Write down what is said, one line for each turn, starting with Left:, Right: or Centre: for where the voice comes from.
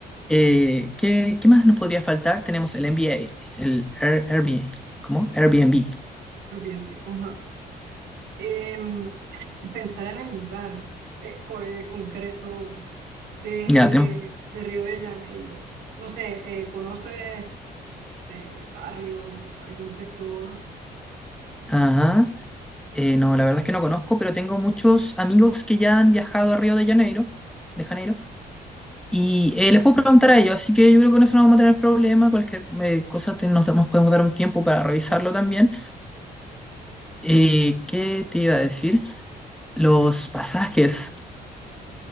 Centre: Eh, ¿qué, qué más nos podría faltar? Tenemos el MBA, el Air- Airbnb. ¿Cómo? Airbnb.
Right: Pero Bien, bien, ajá. Em, pensar en el lugar eh, co- eh, concreto de,
Centre: Ya, tenemos.
Right: de Río de Janeiro. No sé, eh, ¿conoces, no sé, barrio, algún sector?
Centre: Ajá. Eh, no, la verdad es que no conozco, pero tengo muchos amigos que ya han viajado a Río de Janeiro, de Janeiro, y eh, les puedo preguntar a ellos, así que yo creo que en eso no vamos a tener problema, cualquier eh, cosa te- nos, damos- podemos dar un tiempo para revisarlo también. Eh, ¿qué te iba a decir? Los pasajes.